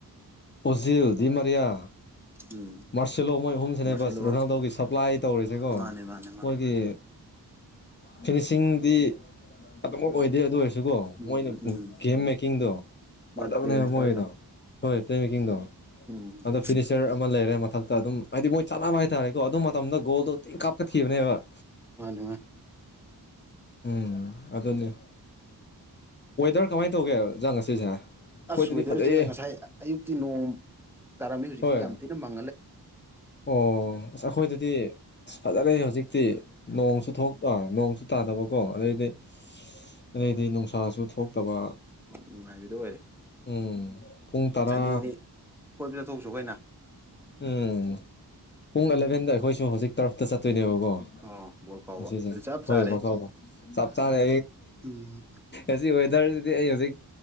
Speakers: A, on the left; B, in the centre.
A: ꯑꯣꯖꯤꯜ ꯗꯤꯃꯔꯌꯥ
B: ꯎꯝ
A: ꯃꯥꯔꯁꯤꯂꯣ ꯃꯣꯏ ꯑꯍꯨꯝꯁꯤꯅꯦ
B: ꯃꯥꯔꯁꯦꯂꯣ
A: ꯕꯁ ꯔꯣꯅꯥꯜꯗꯣꯒꯤ ꯁꯄ꯭ꯂꯥꯏ ꯇꯧꯔꯤꯁꯦꯀꯣ
B: ꯃꯥꯅꯦ ꯃꯥꯅꯦ ꯃꯥ
A: ꯃꯣꯏꯒꯤ ꯐꯤꯅꯤꯁꯤꯡꯗꯤ ꯑꯗꯨꯃꯛ ꯑꯣꯏꯗꯦ ꯑꯗꯨ ꯑꯣꯏꯔꯁꯨ ꯁꯨꯀꯣ
B: ꯎꯝ
A: ꯃꯣꯏꯅ
B: ꯎꯝ
A: ꯒꯦꯝ ꯃꯦꯀꯤꯡꯗꯣ ꯄꯖꯕꯅꯦꯕ
B: ꯃꯥꯅ ꯄ꯭ꯂꯦ ꯃꯦꯀꯔꯗꯣ
A: ꯃꯣꯏꯗꯣ ꯍꯣꯏ ꯄ꯭ꯂ ꯃꯦꯀꯤꯡꯗꯣ
B: ꯎꯝ
A: ꯑꯗꯣ ꯐꯤꯅꯤꯆꯔ ꯑꯃ ꯂꯩꯔꯦ ꯃꯊꯛꯇ ꯑꯗꯨꯝ ꯍꯥꯏꯗꯤ ꯃꯣꯏ ꯆꯥꯅꯕ ꯍꯥꯏꯇꯥꯔꯦꯀꯣ ꯑꯗꯨ ꯃꯇꯝꯗ ꯒꯣꯜꯗꯣꯇꯤꯡ ꯀꯥꯞꯀꯠꯈꯤꯕꯅꯦꯕ
B: ꯋꯥꯅꯦꯃ
A: ꯎꯝ ꯑꯗꯨꯅꯤ ꯋꯦꯗꯔ ꯀꯃꯥꯏꯅ ꯇꯧꯒꯦꯖꯥꯡ ꯉꯁꯤꯁꯦ ꯑꯩꯈꯣꯏꯗꯗꯤ
B: ꯑꯁ ꯋꯦꯗꯔꯁꯦ
A: ꯐꯖꯩꯌꯦ
B: ꯉꯁꯥꯏ ꯑꯌꯨꯛꯇꯤ ꯅꯣꯡ ꯇꯥꯔꯝꯃꯤ ꯍꯧꯖꯤꯛꯇꯤ
A: ꯍꯣꯏ
B: ꯌꯥꯝ ꯊꯤꯅ ꯃꯥꯡ
A: ꯑꯣ ꯑꯁ ꯑꯩꯈꯣꯏꯗꯗꯤ ꯑꯁ ꯐꯖꯔꯦ ꯍꯧꯖꯤꯛꯇꯤ ꯅꯣꯡꯁꯨ ꯊꯣꯛ ꯅꯣꯡꯁꯨ ꯇꯥꯗꯕꯀꯣ ꯑꯗꯩꯗꯤ ꯑꯗꯩꯗꯤ ꯅꯨꯡꯁꯥꯁꯨ ꯊꯣꯛꯇꯕ
B: ꯍꯣꯏ ꯅꯨꯡꯉꯥꯏꯕꯗꯨ ꯑꯣꯏꯔꯦ
A: ꯎꯝ ꯄꯨꯡ ꯇꯔꯥ
B: ꯁꯟꯗꯦꯅꯤ ꯀꯣꯏꯕ ꯆꯠꯊꯣꯛꯁꯨ ꯀꯩꯅ
A: ꯎꯝ ꯄꯨꯡ ꯑꯦꯂꯚꯦꯟꯗ ꯑꯩꯈꯣꯏꯁꯨ ꯍꯧꯖꯤꯛ ꯇꯔꯐꯇ ꯆꯠꯇꯣꯏꯅꯦꯕꯀꯣ
B: ꯑꯣ ꯕꯣꯜ ꯀꯥꯎꯕ
A: ꯃꯁꯤꯁꯦ
B: ꯑꯗꯨ ꯆꯞ
A: ꯍꯣꯏ
B: ꯆꯥꯔꯦ
A: ꯐꯥꯎꯕ ꯆꯞ ꯆꯥꯅ
B: ꯎꯝ
A: ꯑꯁ ꯋꯦꯗꯔꯁꯤꯗꯤ ꯑꯩ ꯍꯧꯖꯤꯛ